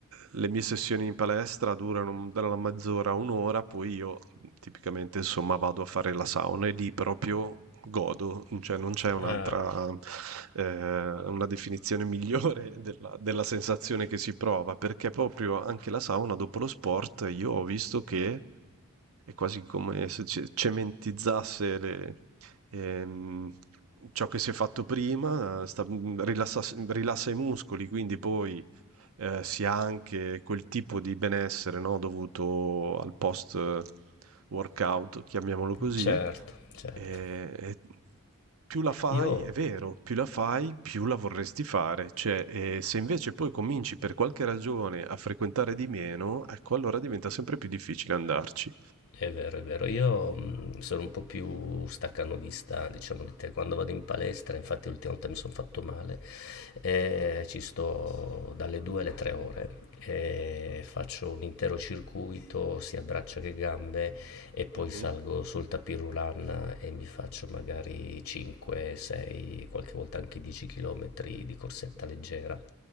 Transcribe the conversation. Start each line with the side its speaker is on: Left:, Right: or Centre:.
Right: le mie sessioni in palestra durano dalla mezz'ora a un'ora, poi io tipicamente insomma vado a fare la sauna e lì proprio godo, cioè non c'è un'altra,
Left: ah,
Right: eh, una definizione migliore <laughs> della, della sensazione che si prova, perché proprio anche la sauna dopo lo sport io ho visto che è quasi come se ce- cementizzasse le, ehm, ciò che si è fatto prima, sta- rilassa rilassa i muscoli, quindi poi eh, si ha anche quel tipo di benessere, no, dovuto al post eh, workout, chiamiamolo così,
Left: certo, certo.
Right: e, e più la fai,
Left: Io
Right: è vero, più la fai, più la vorresti fare, cioè, e se invece poi cominci per qualche ragione a frequentare di meno, ecco, allora diventa sempre più difficile andarci.
Left: È vero, è vero. Io mh, sono un po' più staccanovista, diciamo, di te. Quando vado in palestra, infatti l'ultima volta mi sono fatto male, eh, ci sto dalle 2 alle 3 ore, eh, faccio un intero circuito, sia braccia che gambe, e poi
Right: Mhm,
Left: salgo sul tapis roulant e mi faccio magari 5, 6, qualche volta anche 10 km di corsetta leggera.